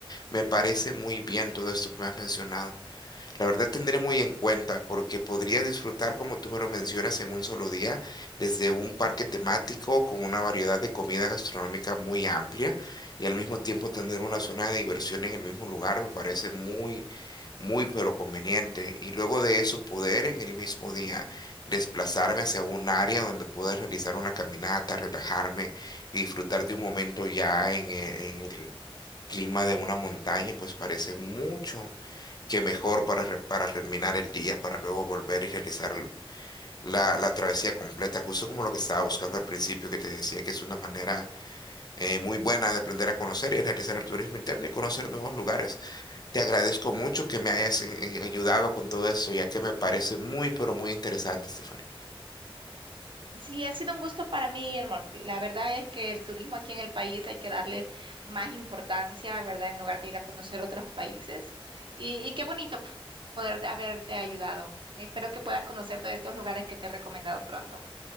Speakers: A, on the left; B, on the right.
A: Me parece muy bien todo esto que me has mencionado. La verdad tendré muy en cuenta porque podría disfrutar, como tú me lo mencionas, en un solo día, desde un parque temático con una variedad de comida gastronómica muy amplia y al mismo tiempo tener una zona de diversión en el mismo lugar me parece muy, muy pero conveniente. Y luego de eso poder en el mismo día desplazarme hacia un área donde pueda realizar una caminata, relajarme y disfrutar de un momento ya en e- en el clima de una montaña, pues parece mucho que mejor para, re- para terminar el día, para luego volver y realizar l- la, la travesía completa, justo como lo que estaba buscando al principio, que te decía que es una manera eh, muy buena de aprender a conocer y realizar el turismo interno y conocer nuevos lugares. Te agradezco mucho que me hayas eh, ayudado con todo esto, ya que me parece muy, pero muy interesante, Stephanie.
B: Sí, ha sido un gusto para mí, Guillermo. La verdad es que el turismo aquí en el país hay que darle más importancia, ¿verdad? En lugar de ir a conocer otros países. Y, y qué bonito p- poder haberte ayudado. Espero que puedas conocer todos estos lugares que te he recomendado pronto.